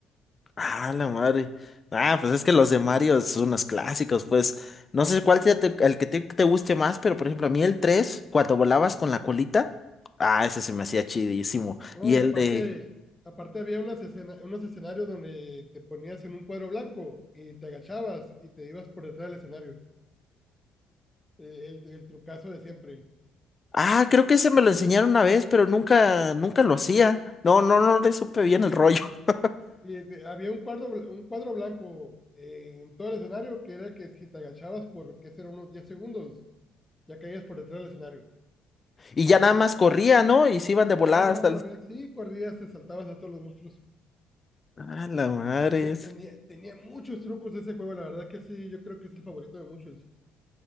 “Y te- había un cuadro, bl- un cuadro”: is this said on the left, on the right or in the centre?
Left